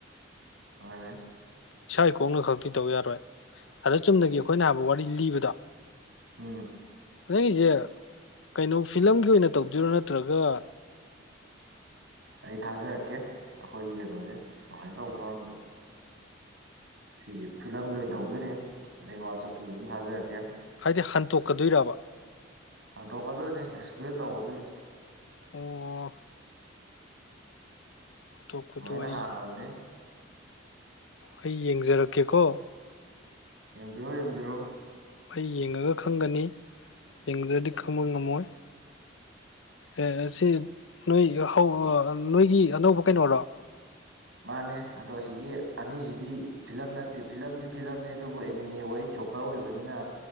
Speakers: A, on the right; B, on the left.
A: ꯃꯥꯅꯦ
B: ꯏꯁꯥꯏ ꯀꯣꯛꯅ ꯈꯛꯇꯤ ꯇꯧ ꯌꯥꯔꯣꯏ ꯑꯗ ꯆꯨꯝꯅꯒꯤ ꯑꯩꯈꯣꯏꯅ ꯍꯥꯏꯕ ꯋꯥꯔꯤ ꯂꯤꯕꯗꯣ
A: ꯎꯝ
B: ꯅꯪꯒꯤꯁꯦ ꯀꯩꯅꯣ ꯐꯤꯂꯝꯒꯤ ꯑꯣꯏꯅ ꯇꯧꯗꯣꯏꯔꯣ ꯅꯠꯇ꯭ꯔꯒ
A: ꯑꯩ ꯊꯥꯖꯔꯛꯀꯦ ꯑꯩꯈꯣꯏꯒꯤ ꯀꯩꯅꯣꯁꯦ ꯀꯃꯥꯏꯅ ꯇꯧꯕꯅꯣ ꯍꯥꯏꯕꯗꯣ ꯁꯤꯒꯤ ꯐꯤꯂꯝꯒꯤ ꯑꯣꯏꯅ ꯇꯧꯗꯣꯏꯅꯤ ꯑꯩ ꯋꯥꯆꯞꯇꯁꯨ ꯑꯗꯨꯝ ꯊꯥꯖꯔꯛꯀꯦ
B: ꯍꯥꯏꯗꯤ ꯍꯟꯇꯣꯛꯀꯗꯣꯏꯔꯥꯕ
A: ꯍꯟꯇꯣꯛꯀꯗꯣꯏꯅꯤ ꯑꯦꯛꯁꯄ꯭ꯂꯦꯟ ꯇꯧꯒꯗꯣꯏꯅꯤ
B: ꯑꯣ ꯍꯟꯇꯣꯛꯄꯗꯣ
A: ꯁꯨꯃꯥꯏꯅ
B: ꯑꯩ
A: ꯍꯥꯡꯉꯕꯅꯦ
B: ꯑꯩ ꯌꯦꯡꯖꯔꯛꯀꯦꯀꯣ
A: ꯌꯦꯡꯕꯤꯔꯣ ꯌꯦꯡꯕꯤꯔꯣ
B: ꯑꯩ ꯌꯦꯡꯉꯒ ꯈꯪꯒꯅꯤ ꯌꯦꯡꯗ꯭ꯔꯗꯤ ꯈꯪꯕ ꯉꯝꯃꯣꯏ ꯑꯦ ꯁꯤ ꯅꯣꯏ ꯍꯧ ꯅꯣꯏꯒꯤ ꯑꯅꯧꯕ ꯀꯩꯅꯣꯔꯣ
A: ꯃꯥꯅꯦ ꯑꯗꯣ ꯑꯁꯤꯒꯤ ꯑꯅꯤꯁꯤꯗꯤ ꯐꯤꯂꯝ ꯅꯠꯇꯦ ꯐꯤꯂꯝꯗꯤ ꯐꯤꯂꯝꯅꯤ ꯑꯗꯨꯕꯨ ꯑꯦꯅꯤꯃꯦ ꯑꯣꯏ ꯖꯣꯀꯔ ꯑꯣꯏꯕꯅꯤꯅ